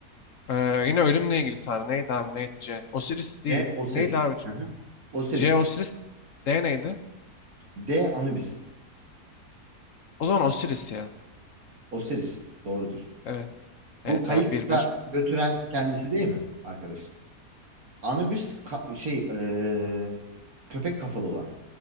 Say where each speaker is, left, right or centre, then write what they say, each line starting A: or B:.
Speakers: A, on the left; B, on the right.
A: e, yine ölümle ilgili tanrı. Neydi abi? Neydi C? Osiris değil.
B: D. Osiris.
A: Neydi abi?
B: Hı hı. Osiris.
A: J Osiris D neydi?
B: D. Anubis.
A: O zaman Osiris ya.
B: Osiris. Doğrudur.
A: Evet.
B: Bu
A: Evet
B: kayıkla
A: abi bir bir,
B: götüren kendisi değil mi arkadaş? Anubis ka- şey e, köpek kafalı olan.